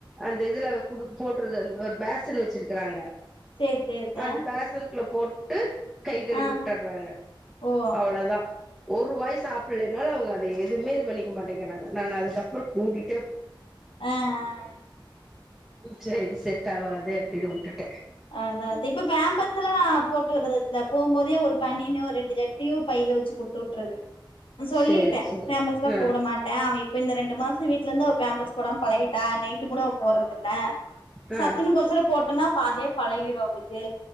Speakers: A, in the centre; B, on the left (about 85°).
A: அந்த இதுல குடு போட்டுறது அந்த ஒரு பேஸ்சின் வச்சிருக்கறாங்க
B: சேரி சேரித்த
A: அந்த பேசனுக்குள்ள போட் கை கழி
B: ஆ
A: விட்டற்றாங்க
B: ஓ
A: அவ்ளதா ஒரு ஒர் வாய் சாப்புல்லனால அவங்க அதே எதுவுமேது இது பண்ணிக்க மாட்டேங்கிறாங்க நானு அதுக்கப்புறோ கூட்டிட்
B: ஆஹ்ஹன்
A: சேர் செட் ஆவாது அப்டின்னு வுட்டுட்
B: ஆஹ் அதாத் இப்ப பேம்பர்ஸ்ல்லா போட்டுவுட்றது இல்ல போம் போதே ஒரு பன்னியன்னு ஒரு ஜட்டியு பையில வச்சு குடுத்துவுட்றது ம் சொல்லிட்டே
A: சேரி சேரி
B: பேம்பர்ஸ்லா
A: ஆ
B: போட மாட்டே அவ இப் இப்ப இந்த ரெண்டு மாச வீட்லெ இருந்து அவப் பேம்பஸ் போடாம் பழகிட்டா நைட்டு கூட அவப் போட்றதில்ல
A: ஆ
B: சத்துனுக் கோசரப் போட்டனாப் அப்ப அதே பழகிரு அவ்ளுக்கு